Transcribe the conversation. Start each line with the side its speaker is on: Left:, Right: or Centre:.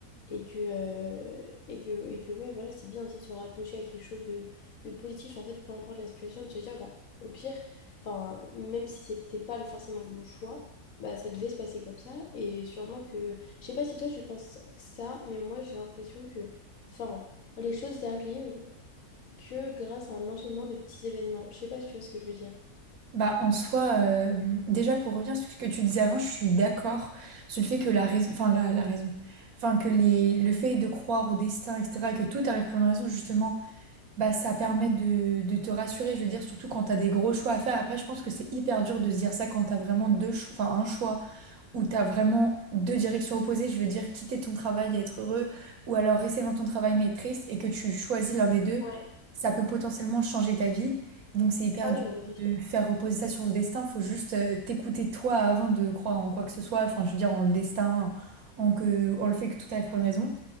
Left: et que, euh, et que, et que ouais, voilà, c'est bien aussi de se raccrocher à quelque chose de, de positif, en fait, peu importe la situation, de se dire, bah, au pire, enfin, même si c'était pas le- forcément le bon choix, bah, ça devait se passer comme ça, et sûrement que, je sais pas si toi tu penses que ça, mais moi j'ai l'impression que, enfin, les choses arrivent que grâce à un enchaînement de petits événements, je sais pas si tu vois ce que je veux dire.
Right: Bah, en soi, euh, déjà pour revenir sur ce que tu disais avant, je suis d'accord sur le fait que la raison, enfin la, la raison, enfin que les, le fait de croire au destin, etc., et que tout arrive pour une raison, justement, bah ça permet de, de te rassurer, je veux dire, surtout quand t'as des gros choix à faire. Après, je pense que c'est hyper dur de se dire ça quand t'as vraiment deux choix, enfin un choix où tu as vraiment deux directions opposées, je veux dire quitter ton travail et être heureux, ou alors rester dans ton travail mais être triste, et que tu choisis l'un des deux,
Left: Ouais.
Right: ça peut potentiellement changer ta vie. Donc c'est hyper
Left: Ah
Right: dur
Left: oui, non, mais c'est sûr.
Right: de faire reposer ça sur le destin, faut juste euh, t'écouter toi avant de croire en quoi que ce soit, enfin je veux dire en le destin, en que on le fait que tout arrive pour une raison.